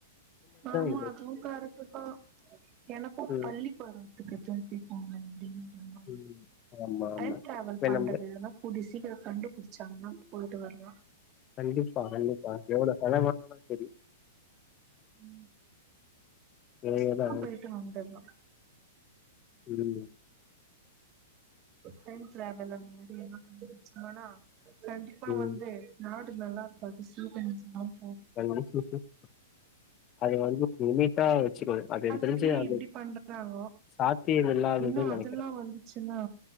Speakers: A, on the right; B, on the left.
A: ஆமா
B: இது
A: அதுவும் கரக்ட்டுதுதான் எனக்கும்
B: ம்
A: பள்ளி பருவத்துக்கு திருப்பிப்போநு அப்படின்னுா
B: ம் ஆமா
A: டைம்
B: ஆமா
A: டிராவல்
B: இப்ப
A: பண்றது
B: நம்ம
A: இதல்லாம் கூடியசீகரம் கண்டு டிச்சாங்கன்னா போயிட்டு வரலாம்
B: கண்டிப்பா கண்டிப்பா எவ்ளவு செலவாநாலும் சரி சரி
A: ம்
B: தேவையதா
A: சும்மா போயிட்டு வந்துறலா
B: ம்
A: டைம் டிராவல் அந்த மாதிரி என்ன கண்டுபுடிச்சாங்கனா கண்டிப்ப
B: ம்
A: வந்து நாடு நல்லா இருக்கும் <unintelligible>
B: <unintelligible> <inaudible> வச்சுக்கும் அது
A: காலத்திலயே
B: என தெரிஞ்சு அது
A: இப்டி பண்றாங்கோ
B: சாத்தியம் இல்லாததுநு
A: இன்னு அதெல்லா
B: நினைக்கிற
A: வந்துச்சுன்னா